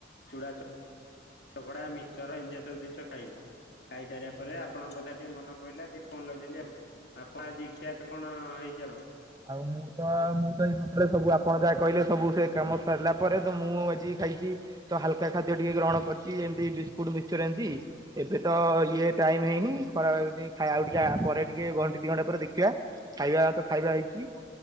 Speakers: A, on the left; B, on the right.
A: ଚୁଡ଼ା ଚକ୍ ଚକଡା ମିିକ୍ସର ଇନ୍ତିଆ ସବୁ ଜିନିଷ ଖାଇଲି ଖାଇସାରିବା
B: କୁହନ୍ତୁ।
A: ପରେ ଆପଣଙ୍କ କଥା ଟି ମନ ପଇଲ ଟିକେ ଫୋନ ଲଗେଇଲି ଆଉ। ଆଉ କଣ ଆଜି ଖିଆଟା କଣ ହେଇଚି ଜଣ?
B: ଆଉ ମୁଁ ତ ମୁଁ ସକାଳେ ସବୁ ଆପଣ ଯାହା କହିଲେ ସବୁ ସେ କାମ ସାରିଲା ପରେ ତ ମୁଁ ଆଜି ଖାଇଚି ତ ହାଲକା ଖାଦ୍ୟ ଟିକେ ଗ୍ରହଣ କରିଚି ଏମତି ବିସ୍କୁଟ ମିକ୍ସଚର ଏମିତି ଏବେ ତ ଇଏ ଟାଇମ ହେଇନି ଖରା ଆଉ ଟିକେ ପରେ ଟିକେ ଘଣ୍ଟେ ଦି ଘଣ୍ଟା ପରେ ଦେଖିବା। ଖାଇବା ତ ଖାଇବା ହେଇଛି